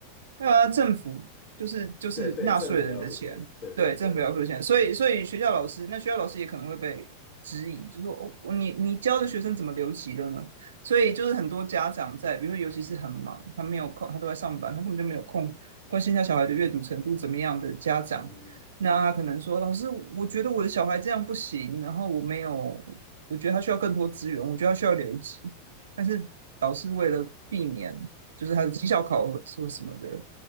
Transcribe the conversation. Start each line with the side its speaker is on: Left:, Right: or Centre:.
Right: 呃，政府就是就是纳税人的钱，
Left: 对对，政府要付钱，对对对，
Right: 对，政府要付钱，所以所以学校老师，那学校老师也可能会被质疑，就说哦，你你教的学生怎么留级了呢？所以就是很多家长在，比如说尤其是很忙，他没有空，他都在上班，他根本就没有空关心他小孩的阅读程度怎么样的家长，
Left: 嗯，
Right: 那他可能说，老师，我觉得我的小孩这样不行，然后我没有，我觉得他需要更多资源，我觉得他需要留级，但是老师为了避免就是他的绩效考核或什么的。